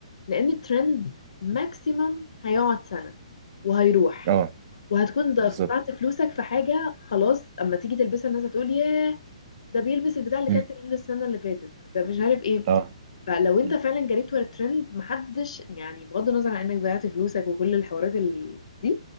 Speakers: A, on the left; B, on the right.
A: لان الترند ماكسيمم هيقعد سنه وهيروح
B: اه
A: وهتكون دفعت
B: بالظبط
A: فلوسك في حاجه خلاص اما تيجي تلبسها الناس هتقول ياه ده بيلبس البتاع اللي
B: مم.
A: كانت ترند السنه اللي فاتت ده مش عارف ايه
B: اه
A: فلو انت
B: مم.
A: فعلا جريت ورا الترند محدش يعني بغض النظر عن انك ضيعت فلوسك وكل الحوارات ال... دي